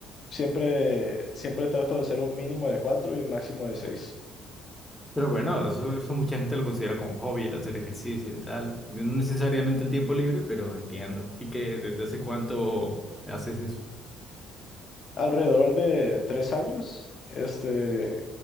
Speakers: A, on the left; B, in the centre.
A: siempre, siempre trato de hacer un mínimo de cuatro y un máximo de seis.
B: Pero bueno, eso, eso mucha gente lo considera como hobby, el hacer ejercicio y tal. No necesariamente el tiempo libre, pero entiendo. ¿Y que desde hace cuánto haces eso?
A: Alrededor de tres años, este,